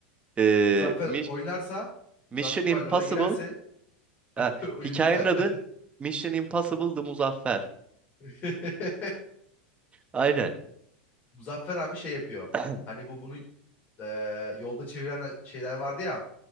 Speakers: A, on the right; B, on the left.
A: Ee,
B: Muzaffer
A: Mis-
B: oynarsa, Muzaffer
A: Mission Impossible.
B: LoL'e girerse
A: E,
B: <laughs> Oyun
A: hikayenin
B: biter.
A: adı Mission Impossible The Muzaffer.
B: <laughs>
A: Aynen.
B: Muzaffer abi şey yapıyor.
A: <clears throat>
B: Hani bu bunu e, yolda çeviren e, şeyler vardı ya